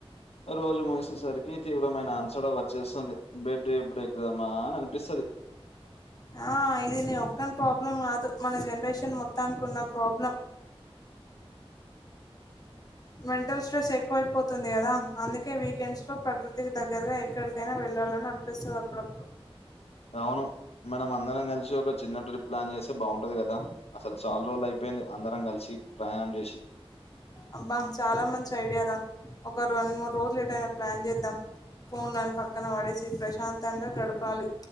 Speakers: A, on the left (about 80°); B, on the left (about 35°).
A: రోజు ముగిసేసరికి తీవ్రమైన అల్చడా వచ్చేస్తుంది బెడ్ ఎప్పుడు ఎక్దామా అని అనిపిస్తుంది
B: ఆ ఇది నీ ఒక్కని ప్రాబ్లం కాదు మన జనరేషన్ మొత్తానికిన్న ప్రాబ్లం
A: హ
B: మెంటల్ స్ట్రెస్ ఎ ఎక్కువైపోతుంది కదా అందుకే వీకెండ్స్ లో ప్రకృతికి దగ్గరగా ఎక్కడికైనా వెళ్ళాలని అనిపిస్తుంది అప్పుడప్పుడు
A: అవును మనం అందరం కలిసి ఒక చిన్న ట్రిప్ ప్లాన్ చేస్తే బాగుంటది కదా అసలు చాలా రోజులు అయిపోయింది అందరం కలిసి ప్రయాణం చేసి
B: అబ్బా చాలా మంచి ఐడియార ఒక రెండు మూడు రోజులు ఎటయిన ప్లాన్ చేద్దాం ఫోన్లను పక్కన పడేసి ప్రశాంతంగా గడపాలి